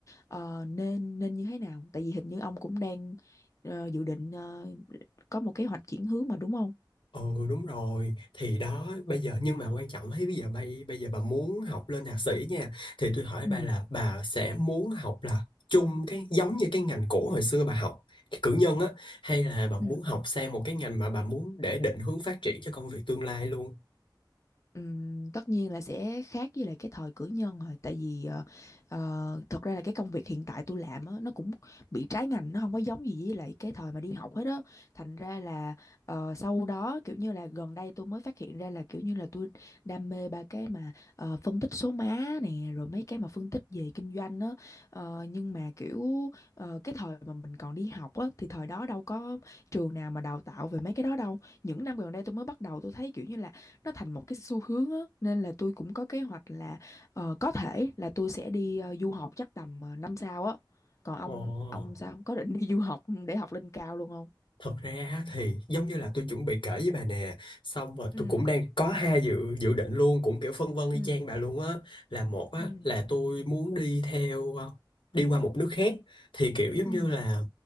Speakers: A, on the left (about 40°); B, on the left (about 85°).
A: ờ, nên nên như thế nào? Tại vì hình như ông cũng đang ờ, dự định ờ, có một kế hoạch chuyển hướng mà đúng không?
B: Ừ đúng rồi, thì đó bây giờ nhưng mà quan trọng thấy bây giờ bây bây giờ bà muốn học lên thạc sĩ nha, thì tôi hỏi
A: Ừ.
B: bà là bà sẽ muốn học là chung cái giống như cái ngành cũ hồi xưa bà học cái cử nhân á hay là bà muốn
A: Ừ.
B: học sang một cái ngành mà bà muốn để định hướng phát triển cho công việc tương lai luôn
A: Ừm, tất nhiên là sẽ khác với lại cái thời cử nhân rồi tại vì ờ, ờ, thật ra là cái công việc hiện tại tôi làm á, nó cũng bị trái ngành nó không có giống gì với lại cái thời mà đi học hết á thành ra là ờ, sau đó kiểu như là gần đây tôi mới phát hiện ra là kiểu như là tôi đam mê ba cái mà ờ, phân tích số má nè rồi mấy cái mà phân tích về kinh doanh á Ờ, nhưng mà kiểu ờ, cái thời mà mình còn đi học á thì thời đó đâu có trường nào mà đào tạo về mấy cái đó đâu những năm gần đây tôi mới bắt đầu tôi thấy kiểu như là nó thành một cái xu hướng á nên là tôi cũng có kế hoạch là ờ, có thể là tôi sẽ đi ờ, du học chắc tầm ờ, năm sau á còn ông
B: Ồ,
A: ông sao ông có định đi du học để học lên cao luôn không
B: thật ra á thì giống như là tôi chuẩn bị kể với bà nè Xong rồi
A: ừ
B: tôi cũng đang có hai dự dự định luôn Cũng kiểu phân vân y
A: ừ
B: chang bà luôn á Là một á,
A: ừ
B: là tôi muốn đi theo ờ, Đi qua một nước khác Thì kiểu giống
A: ừ
B: như là